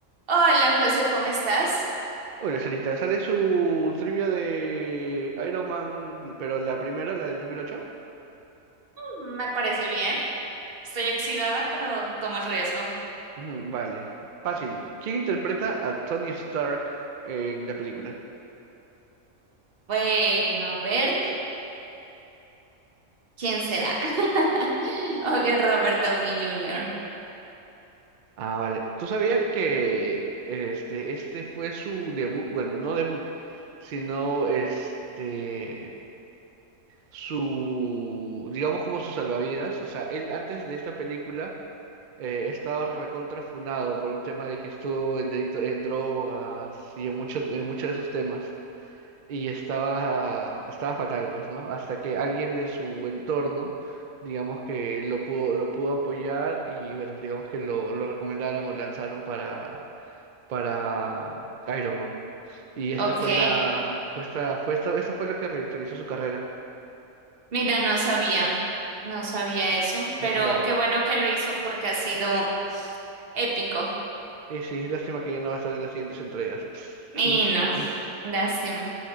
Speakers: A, on the right; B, on the right.
A: Hola José, ¿cómo estás?
B: Hola, Sarita, ¿sale su trivia de Iron Man, pero la primera, la del 2008?
A: Mm, Me parece bien. Estoy oxidada, pero tomo el riesgo.
B: Ujú, vale, fácil. ¿Quién interpreta a Tony Stark en la película?
A: Bueno, a ver, ¿quién será? <laughs> Obvio, Robert Downey Jr.
B: Ah, vale. ¿Tú sabías que este, este fue su debut? Bueno, no debut, sino este, su, digamos como su salvavidas. O sea, él antes de esta película eh, estaba recontrafunado por un tema de que estuvo en, delito- en drogas y en mucho, en muchos de esos temas. y estaba, estaba fatal, pues, ¿no? Hasta que alguien de su entorno, digamos que lo pudo, lo pudo apoyar y bueno, digamos que lo, lo recomendaron o lanzaron para, para Iron Man. Y esta
A: Ok,
B: fue la, fue esta, fue esta- esto fue lo que revitalizó su carrera.
A: mira, no sabía, no sabía eso, pero
B: <laughs> Dale.
A: qué bueno que lo hizo porque ha sido épico.
B: Y sí, lástima que ya no va a estar en las siguientes entregas. <sniffs>
A: Y
B: Sniff,
A: no,
B: sniff.
A: lástima.